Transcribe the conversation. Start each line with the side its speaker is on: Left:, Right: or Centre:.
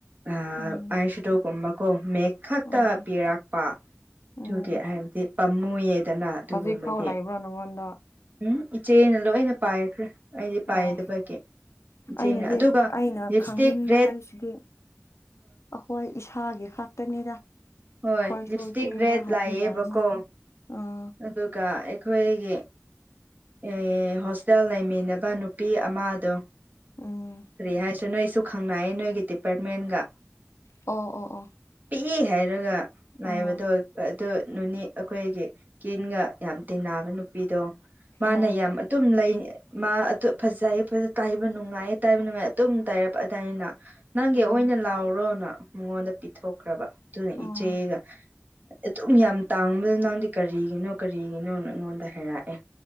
Right: ꯑꯥꯏꯁꯇꯣꯒꯨꯝꯕ
Left: ꯎꯝ
Right: ꯀꯣ ꯃꯦꯛꯁ ꯈꯛꯇ
Left: ꯎꯝ
Right: ꯄꯤꯔꯛꯄ
Left: ꯎꯝ
Right: ꯑꯗꯨꯒꯤ ꯍꯥꯏꯕꯗꯤ ꯄꯥꯝꯃꯨꯌꯦꯗꯅ ꯑꯗꯨꯒꯨꯝꯕꯗꯤ
Left: ꯍꯧꯖꯤꯛ ꯐꯥꯎ ꯂꯥꯛꯏꯕ꯭ꯔꯣ ꯅꯪꯉꯣꯟꯗ
Right: ꯎꯝ ꯏꯆꯦꯅ ꯂꯣꯏꯅ ꯄꯥꯏꯈ꯭ꯔꯦ ꯑꯩꯗꯤ ꯄꯥꯏꯗꯕꯒꯤ
Left: ꯑꯣ
Right: ꯏꯆꯦꯅ
Left: ꯑꯩꯅꯗꯤ
Right: ꯑꯗꯨꯒ
Left: ꯑꯩꯅ
Right: ꯂꯤꯞꯁꯇꯤꯛ
Left: ꯈꯪꯅꯤꯡꯕ
Right: ꯔꯦꯠ
Left: ꯍꯥꯏꯁꯤꯗꯤ ꯑꯩꯈꯣꯏ ꯏꯁꯥꯒꯤ ꯈꯛꯇꯅꯤꯗ
Right: ꯍꯣꯏ
Left: ꯑꯩꯈꯣꯏꯁꯨ
Right: ꯂꯤꯞꯁꯇꯤꯛ
Left: ꯀꯦꯕ
Right: ꯔꯦꯠ
Left: ꯍꯩꯕ
Right: ꯂꯥꯛꯑꯦꯕꯀꯣ
Left: ꯌꯥꯏꯅ ꯑꯝ
Right: ꯑꯗꯨꯒ ꯑꯩꯈꯣꯏꯒꯤ ꯏ ꯍꯣꯁꯇꯦꯜ ꯂꯩꯃꯤꯟꯅꯕ ꯅꯨꯄꯥ ꯅꯨꯄꯤ ꯑꯃꯗꯣ
Left: ꯎꯝ
Right: ꯀꯔꯤ ꯍꯥꯏꯁꯤꯔ ꯅꯣꯏꯁꯨ ꯈꯪꯅꯌꯦ ꯅꯣꯏꯒꯤ ꯗꯤꯄꯥꯔꯠꯃꯦꯟꯒ
Left: ꯑꯣ ꯑꯣ ꯑꯣ
Right: ꯄꯤꯏꯦ ꯍꯥꯏꯔꯒ ꯂꯥꯏꯕꯗꯣ
Left: ꯑꯥ
Right: ꯑꯗꯨ ꯅꯨꯅꯤ ꯑꯩꯈꯣꯏꯒꯤ ꯀꯤꯟꯒ ꯌꯥꯝ ꯇꯤꯟꯅꯕ ꯅꯨꯄꯤꯗꯣ ꯃꯥꯅ
Left: ꯑꯥ
Right: ꯌꯥꯝ ꯑꯗꯨꯨꯝ ꯂꯩ ꯃꯥ ꯑꯗꯨ ꯐꯖꯩ ꯇꯥꯏꯕ ꯅꯨꯡꯉꯥꯏꯌꯦ ꯇꯥꯏꯕ ꯅꯨꯡꯉꯥꯏ ꯑꯗꯨꯝ ꯇꯥꯏꯔꯛꯄ ꯑꯗꯨꯥꯏꯅ ꯅꯪꯒꯤ
Left: ꯎꯝ
Right: ꯑꯣꯏꯅ ꯂꯥꯎꯔꯣꯅ ꯃꯉꯣꯟꯗ ꯄꯤꯊꯣꯛꯈ꯭ꯔꯕ ꯑꯗꯨꯅ
Left: ꯑꯣ
Right: ꯏꯆꯦꯒ ꯑꯗꯨꯝ ꯌꯥꯝ ꯇꯥꯡꯕꯗ ꯅꯪꯗꯤ ꯀꯔꯤꯒꯤꯅꯣ ꯀꯔꯤꯒꯤꯅꯣ ꯑꯩꯉꯣꯟꯗ ꯍꯥꯏꯔꯛꯑꯦ